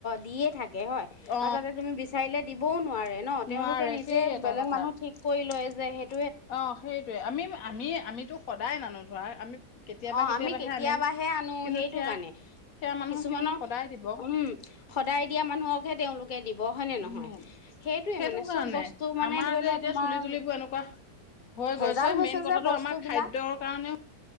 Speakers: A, on the left; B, on the left.
A: দিয়ে থাকে থাকে হয়
B: অ
A: আৰু তাতে তুমি বিচাৰিলে দিবও ন নোৱাৰে ন তেওঁলোকে
B: নোৱাৰে
A: নিজে
B: সেই এটা
A: বেলেগ
B: কথা
A: মানুহ ঠিক কৰি লয়। যে সেই
B: অ সেইটোয়ে আমি আমি আমিতো সদায় নানো ধৰা আমি কেতিয়াবা
A: অ আমি কেতিয়াবাহে
B: আনিম
A: আনো
B: কিন্তু
A: সেইটো
B: সেয়া
A: কাৰণে
B: সেয়া মানুহক
A: কিছুমানক
B: সিহঁতে সদায় দিব
A: উম সদায় দিয়া মানুহকহে তেওঁলোকে দিব হয় নে
B: উম
A: নহয় সেইটোয়ে
B: সেইটো
A: মানে
B: কাৰণে
A: চব বস্তু মানে
B: আমাৰ
A: ধৰি
B: যে
A: ল
B: এতিয়া
A: তোমাৰ
B: চুলি তুলিবোৰ এনেকুৱা হৈ
A: ভেজাল
B: গৈছে
A: হৈছে
B: মেইন কথাটো
A: যে বস্তুবিলাক
B: আমাৰ খাদ্যৰ কাৰণেও